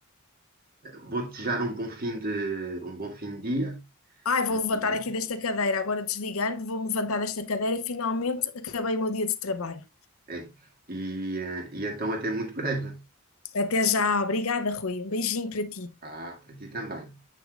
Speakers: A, on the right (about 40°); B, on the left (about 70°).
A: Vou desejar um bom fim de, um bom fim de dia
B: Ai, vou
A: e,
B: levantar aqui desta cadeira, agora desligando, vou-me levantar desta cadeira e finalmente acabei o meu dia de trabalho.
A: é, e, eh, e então até muito breve.
B: Até já, obrigada, Rui. Um beijinho para ti.
A: Ah, para ti também.